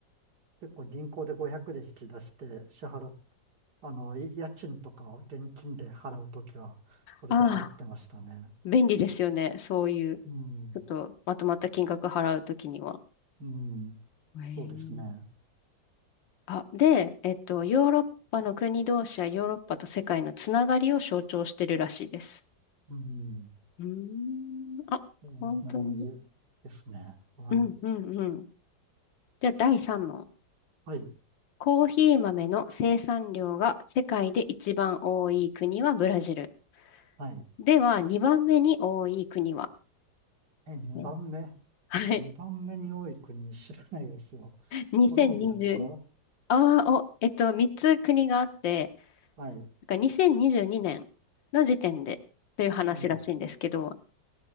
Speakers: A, on the right; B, on the left.
A: 結構銀行で500で引き出して支払っ、あの、い家賃とかを現金で払うときは、それで払ってましたね。
B: ああ、便利ですよね。そういう、ち
A: うん。
B: ょっとまとまった金額払うときには。
A: うん。
B: へえ
A: そうですね。
B: あ、で、えっと、ヨーロッパの国同士やヨーロッパと世界のつながりを象徴してるらしいです。
A: うん。
B: うーん。あ、
A: そうですね、
B: 本当に。
A: 同じですね。はい。
B: うんうんうん。じゃあ第3問。
A: はい。
B: コーヒー豆の生産量が世界で一番多い国はブラジル。
A: はい。
B: では2番目に多い国は
A: え、2番目。
B: ねはい。
A: 2番目に多い国知らないですよ。
B: 2020。
A: コロンビアとか
B: ああ、お、えっと、3つ国があって、
A: はい。
B: なんか2022年の時点でという話らしいんですけど、
A: はい。